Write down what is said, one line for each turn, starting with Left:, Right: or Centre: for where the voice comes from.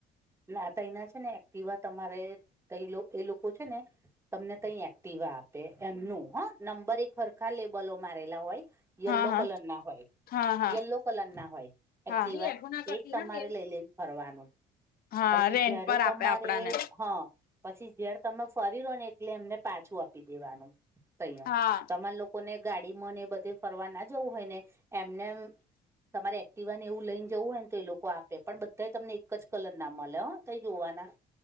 Right: ના તયના છે, ને એક્ટિવા તમારે કઈ એ લોકો છે, ને તમને કઇ એક્ટિવા આપે એમનું હા નંબર એક હરખા લેબલો મારેલા હોય. યેલો
Left: હા હા
Right: કલરના હોય.
Left: હા હા
Right: યલો કલર ના હોય એક્ટિવા
Left: હા
Right: એજ તમારે લઈ લઈ ને ફરવાનું.
Left: હા
Right: પછી
Left: રેન્ટ
Right: જયારે
Left: પર
Right: તમારે
Left: આપે આપડાને
Right: હા. પછી જ્યારે તમે ફરી લો ને એટલે એમને પાછું આપી દેવાનું તઈઅ
Left: હા
Right: તમારે લોકો લોકોને ગાડી મને બધે ફરવા ના જવું હોય ને એમને તમારે એક્ટિવા ને એવું લઈને જવું હોય ને તો એ લોકો આપે પણ બધા તમને એક જ કલર ના મળે હો તય જોવાના